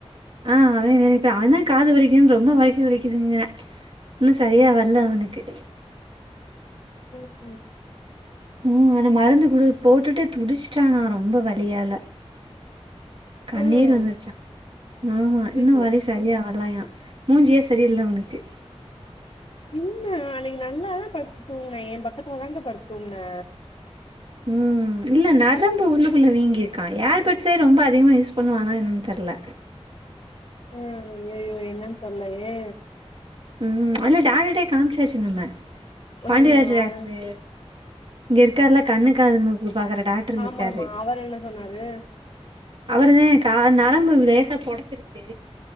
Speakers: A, on the right; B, on the left.
A: ஆ அவன் நினப்பே அவன் தான் காது வலிக்குதுன்னு ரொம்ப வலிக்குது வலிங்குதுங்க இன்னும் செரியா வரல அவனுக்கு
B: ம் ம்
A: ம் அந்த மருந்து குடு போட்டுட்டு துடிச்சிட்டானா ரொம்ப வழியால கண்ணீர்
B: ம்
A: வந்துருச்சா ஆ ஆ இன்னும்
B: ஐயையோ
A: வழி செரியா வர்லாயா மூஞ்சியே செரியில்ல அவனுக்கு
B: இல்ல அன்னைக்கு நல்லாதான் படுத்து தூங்குனா என் பக்கத்துல தான் கா படுத்து தூங்குனா
A: ம் இல்ல நரம்பு உள்ளக்குள்ள வீங்கி இருக்கா ஏர்பர்ட்ஸே ரொம்ப அதிகமா யூஸ் பண்ணுவானா என்னன்னு தெர்ல
B: ம் அய்யயோ என்னனு தெர்லயே
A: ம் அல்ல டாக்டருகிட்டயே காமிச்சாச்சு நம்ம பாண்டியராஜு
B: ம்
A: டாக்டரு
B: அது
A: இங்க இருக்காருல்ல கண்ணு காது மூக்கு பாக்குற டாக்டர்
B: ஆமா
A: இருக்காரு
B: ஆமா அவர் என்ன சொன்னாரு
A: அவர்தான் கா நரம்பு லேசா பொடைச்சிருக்கு